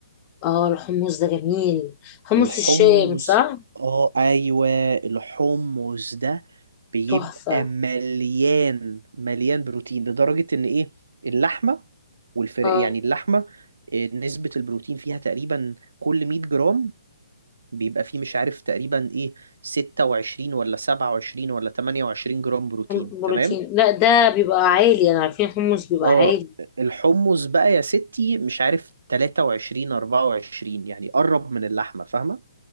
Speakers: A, on the left (about 30°); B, on the right (about 75°).
A: اه الحمص ده جميل حمص
B: الحمص
A: الشام صح
B: اه ايوه الحمص ده بيبقى
A: تحفة
B: مليان مليان بروتين لدرجة ان ايه اللحمة والفرق
A: اه
B: يعني اللحمة آه، نسبة البروتين فيها تقريبا كل 100 جرام بيبقى فيه مش عارف تقريبا ايه 26 ولا 27 ولا 28 جرام بروتين
A: بروتين
B: تمام
A: لا ده بيبقى عالي انا عارفين حمص بيبقى
B: اه
A: عالي
B: الحمص بقى يا ستي مش عارف 23 24 يعني قرب من اللحمة فاهمة